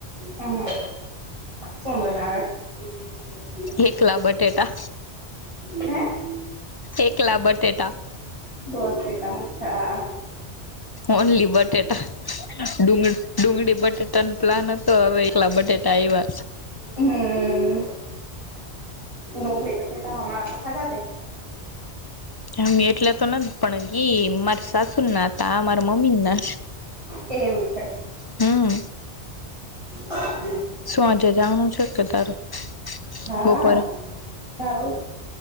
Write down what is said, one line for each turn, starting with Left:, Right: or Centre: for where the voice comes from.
Right: હમ હા. સું બનાવે. <inaudible>
Left: એકલા બટેાટા.
Right: હે.
Left: એકકલા બટેટા.
Right: બોતેટછા.
Left: ઓનલી બટેાટા ડુંગર. ડુંગળી બટેટા ન પ્લાન હતો હવે એકલા બટેટા આવ્યા.
Right: હમ. ડુંગળી પછતા હમણાં તો ખાધા તે.
Left: હ એટલે તો નથી પણ ગી માર સાસુ ના હતા મારા મમ્મી ના.
Right: એવું છે.
Left: હમ.
Right: હમ.
Left: સું આજે જાણનું છેકે તારું.
Right: હાઉ
Left: બપોરે
Right: જ.